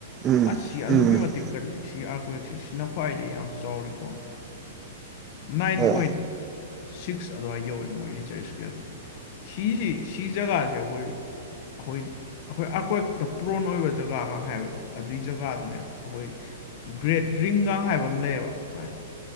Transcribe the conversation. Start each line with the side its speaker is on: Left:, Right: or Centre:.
Right: ꯎꯝ
Left: ꯑꯁ ꯁꯤ
Right: ꯎꯝ
Left: ꯑꯗꯨꯛꯀꯤ ꯃꯇꯤꯛ ꯀꯜꯂꯤ ꯁꯤ ꯑꯥꯔꯀ꯭ꯋꯛꯁꯦ ꯁꯤꯅ ꯈ꯭ꯋꯥꯏꯗꯒꯤꯩ ꯌꯥꯝ ꯆꯥꯎꯔꯤꯀꯣ ꯅꯥꯏꯟ
Right: ꯑꯣ
Left: ꯄꯣꯏꯟ ꯁꯤꯛꯁ ꯑꯗꯨꯋꯥꯏꯗ ꯌꯧꯋꯦ ꯃꯣꯏ ꯔꯤꯆꯥꯔꯖ ꯏꯁꯀꯦꯜꯁꯦ ꯁꯤꯁꯤ ꯁꯤꯤꯖꯒꯥ ꯆꯈꯣꯏ ꯑꯩꯈꯣꯏ ꯑꯩꯈꯣꯏ ꯑꯀꯣꯏ ꯈꯛꯇ ꯄ꯭ꯔꯣꯟ ꯑꯣꯏꯕ ꯖꯒꯥꯒ ꯍꯥꯏꯕꯕ ꯑꯗꯨꯏ ꯖꯒꯥꯗꯨꯅꯦ ꯑꯩꯈꯣꯏ ꯒ꯭ꯔꯦꯠ ꯔꯤꯡꯒ ꯍꯥꯏꯕ ꯑꯃ ꯂꯩꯌꯦꯕ ꯃꯥꯏ